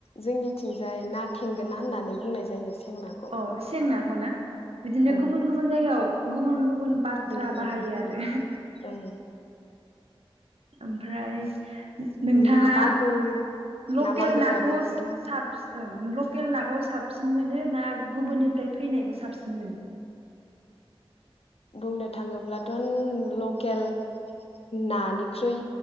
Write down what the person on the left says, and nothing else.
जोंनि थिंजाय ना थेंगोन ना होननानै बुंनाय जायो। सेंनाखौ
ओं
गुबुन
ना
ओं
ना मागुर
ना मागुराबो
गोथाव
बुंनो थाङोब्लाथ लकेल नानिख्रुइ